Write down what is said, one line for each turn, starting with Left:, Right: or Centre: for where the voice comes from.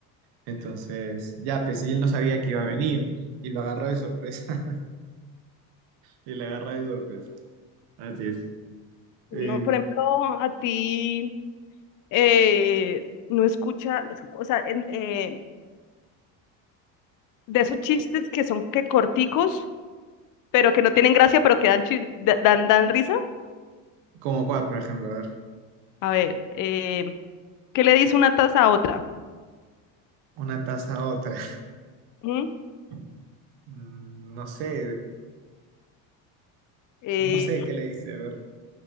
Right: Entonces, ya, pues, y él no sabía que iba a venir. Y lo agarró de sorpresa. <laughs> Y lo agarró de sorpresa. Así es.
Left: No,
Right: Eh,
Left: por ejemplo, a ti eh, no escucha, o sea, en- eh, de esos chistes que son que corticos, pero que no tienen gracia, pero que dan, chi- da- dan, dan risa.
Right: ¿cómo cuál, por ejemplo? A ver,
Left: A ver, eh, ¿qué le dice una taza a otra?
Right: una taza a otra.
Left: ¿Mm?
Right: <laughs> Mm, No sé,
Left: Eh,
Right: no sé qué le dice, a ver.